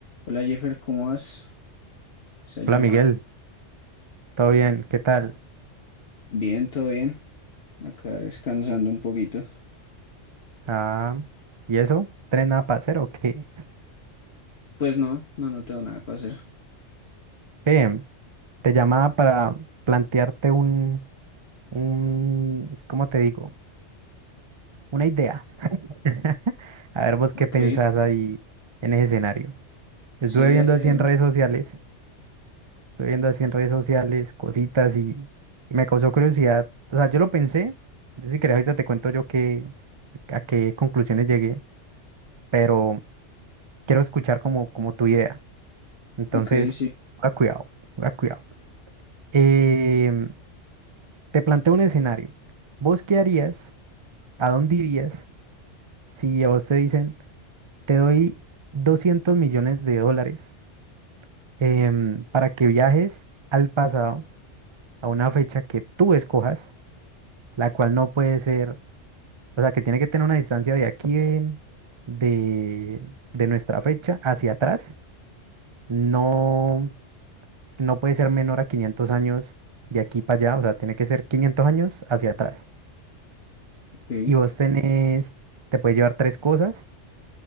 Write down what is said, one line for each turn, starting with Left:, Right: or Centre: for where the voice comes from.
Left: Hola Jeffer, ¿cómo vas? Se
Right: Hola
Left: llama.
Right: Miguel, ¿todo bien? ¿Qué tal?
Left: Bien, todo bien. Acá descansando un poquito.
Right: Ah, ¿y eso? ¿Tren nada para hacer o qué?
Left: Pues no, no, no tengo nada para hacer.
Right: Ve, te llamaba para plantearte un, un, ¿cómo te digo? Una idea. <laughs> A ver vos
Left: Ok,
Right: qué pensás ahí en ese escenario. Estuve
Left: sí,
Right: viendo
Left: dale
Right: así en
Left: una.
Right: redes sociales, estuve viendo así en redes sociales cositas y, y me causó curiosidad. O sea, yo lo pensé, yo si querés ahorita te cuento yo qué, a qué conclusiones llegué, pero quiero escuchar como, como tu idea. Entonces,
Left: Ok, sí,
Right: a cuidado, a cuidado. Em, te planteo un escenario. ¿Vos qué harías? ¿A dónde irías si a vos te dicen, te doy 200 millones de dólares em, para que viajes al pasado a una fecha que tú escojas, la cual no puede ser, o sea, que tiene que tener una distancia de aquí de, de, de nuestra fecha hacia atrás? No. no puede ser menor a 500 años de aquí para allá, o sea, tiene que ser 500 años hacia atrás.
Left: ok,
Right: Y vos tenés, te puedes llevar tres cosas